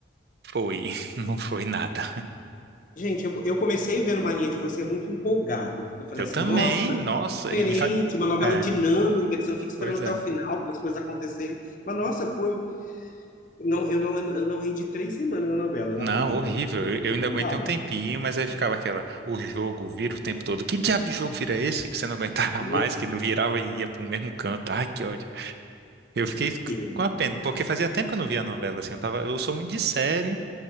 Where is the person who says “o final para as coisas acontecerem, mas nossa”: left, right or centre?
Left